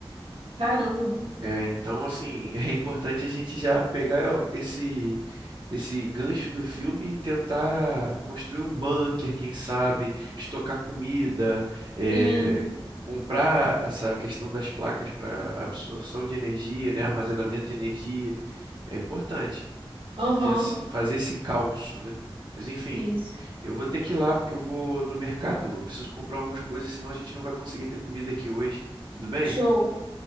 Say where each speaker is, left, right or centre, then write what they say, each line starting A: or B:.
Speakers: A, on the right; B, on the right.
A: caramba.
B: É, então, assim, <laughs> é importante a gente já pegar esse esse gancho do filme e tentar construir um bunker, quem sabe, estocar comida, é,
A: Sim.
B: comprar essa questão das placas para absorção de energia, né, armazenamento de energia. É importante
A: Aham.
B: já se- fazer esse calço, né? Mas, enfim,
A: Isso.
B: eu vou ter que ir lá porque eu vou no mercado. Eu preciso comprar algumas coisas, senão a gente não vai conseguir ter comida aqui hoje. Tudo bem?
A: Show.